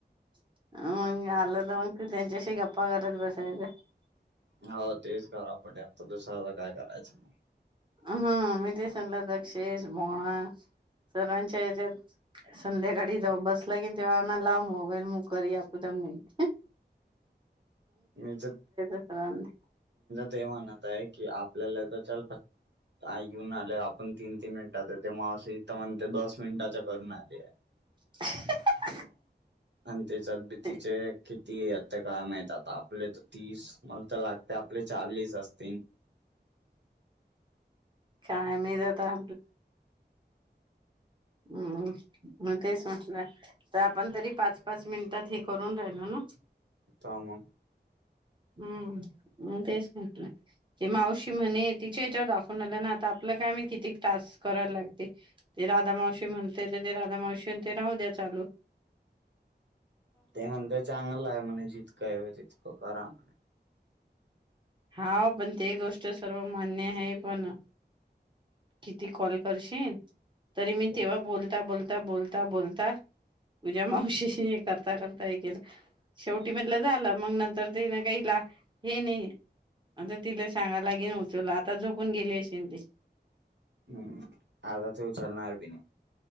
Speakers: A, on the right; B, on the right.
A: मंग आलं तर मग त
B: हो तेच करा पटे आता दुसऱ्याला काय करायचं मग
A: हा मी ते सल्ला दक्षेश भोणा सर्वांच्या हच्यात संध्याकाळी जाव बस लागी न तेव्हाना लाबोगल मू कर आपू तम <unintelligible>
B: <inaudible> मीच
A: सर्वांना
B: ते म्हणत आहे की आपल्याला तर ल प ह <unintelligible> आऐ घेऊन आले आपण तीन तीन मिनिटात ते मावशी तर म्हण ते दस मिनिटाच्या करून आले
A: <inaudible>
B: आणि त्याच्यात भीतीचे
A: ते
B: किती आता काम आहेत आपले तर तीस मला तर लागते आपले चाळीस असतील
A: काय मे जता हम्म मग तेच म्हटलं तर आपण तरी पाच पाच मिनिटात हे करून राहिल ना
B: काम
A: हम्म तेच म्हटलं ते मावशी म्हणे तिच्या याच्यावर दाखव आल्या ना आता आपला काय किती तास करायला लागते ते राधा मावशी म्हणते ते राधा मावशी ते राहू द्या हो
B: <inaudible> ते म्हणतय चांगलं आहे म्हणे जितकं आहे जितकं करा म्हणे
A: हा पण ते गोष्ट सर्व मान्य आहे पण किती कॉल करशील तरी मी
B: ते
A: तेव्हा बोलता बोलता बोलता बोलता बोलता तूझ्या मावशीशी हे करता करता हे केलं शेवटी मधलं झालं मग नंतर ते ना काही ला हे नाही आता तिला सांगायलागे न उचला आता झोपून गेले असशेल ते
B: हम्म आध तेऊचल ना अ ब नाही